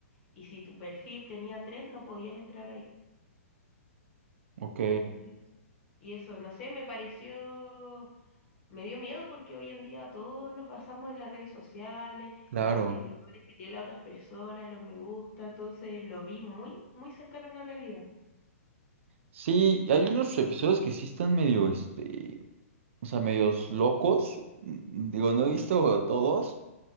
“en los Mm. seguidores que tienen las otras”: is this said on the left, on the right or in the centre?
Left